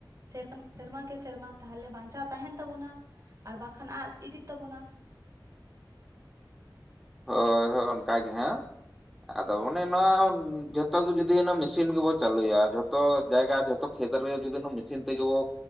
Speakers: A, on the right; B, in the centre.
A: ᱥᱮᱨᱚᱠᱟᱢ ᱥᱮᱨᱢᱟ ᱠᱮ ᱥᱮᱨᱢᱟ ᱛᱟᱦᱚᱞᱮ ᱵᱟᱧᱪᱟᱣ ᱛᱟᱦᱮᱱ ᱛᱟᱵᱚᱱᱟ ᱟᱨ ᱵᱟᱝᱠᱷᱟᱱ ᱟᱫ ᱤᱫᱤᱜ ᱛᱟᱵᱚᱱᱟ᱾
B: ᱦᱳᱭ ᱦᱳᱭ ᱚᱱᱠᱟᱟᱜ ᱜᱮ ᱦᱟᱸᱜ᱾ ᱟᱫᱚ ᱚᱱᱮ ᱱᱚᱣᱟ ᱡᱷᱚᱛᱚ ᱜᱮ ᱡᱩᱫᱤ ᱚᱱᱟ ᱢᱮᱥᱤᱱ ᱜᱮᱵᱚ ᱪᱟᱹᱞᱩᱭᱟ ᱡᱷᱚᱛᱚ ᱡᱟᱭᱜᱟ ᱡᱚᱛᱚ ᱠᱷᱮᱛ ᱨᱮᱜᱮ ᱡᱩᱫᱤ ᱚᱱᱟ ᱢᱤᱥᱤᱱ ᱛᱮᱜᱮ ᱵᱚ